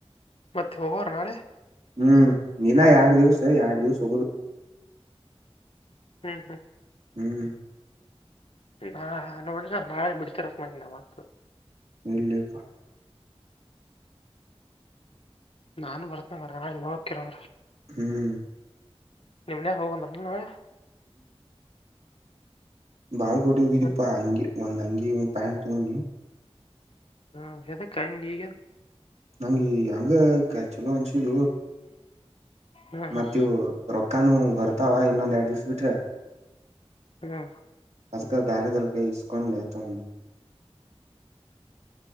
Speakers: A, on the left (about 60°); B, on the right (about 85°).
A: ಮತ್ತೆ ಅವರ ನಳೆ
B: ಹ್ಮ್ ನೀನ ಎರಡ್ ದಿವ್ಸ ಎರಡ್ ದಿವಸ ಹೋಗುದು <unintelligible>
A: ಹ್ಮ್ ಹ್ಮ್
B: ಹ್ಮ್ <inaudible>
A: ಹಾ ನೋಡ್ರಿ ನ ನಾಳೆ ಬಿಡ್ತಿರತ್ ಮಿ ನ ಮತ್
B: ಇಲ್ಲೇಪ್ಪ
A: ನಾನು ಬರ್ತನ ಬರ ನೀನ್ ಹೋಗಕಿರ್ರ
B: ಹ್ಮ್
A: ನಿಮ್ನೆೇ ಹೋಗಂದ್ರ ನಳೆ
B: ಬಾಲ್ ಕೊಟ್ಟ ಹೋಗಿದಿಪ್ಪಾ
A: ಸರಿ.
B: ಹಂಗಿ ಒಂದ್ ಅಂಗಿ ಒಂದ್ ಪ್ಯಾಂಟ್ ತಗೊಂಡಿ
A: ಹಾ ಯದ ಕಾಯಂಗ ಈ
B: ನಂಗಗೆ ಹಂಗ ಚಲೋ ಅಂಸಿದ
A: ಹ್ಮ್ ಹ್ಮ್
B: ಮತ್ತ ರೊಕ್ಕಾನು ಬರ್ತಾವ ಇನ್ನೊಂದ್ ಎರಡ್ ದಿವ್ಸ ಬಿಟ್ರೆ
A: ಹಾ
B: ಅದಕ ದಾರದ್ರಲಕ ಇಸ್ಕೊಂಡ ಲತಾ ಉಿ <unintelligible> <inaudible>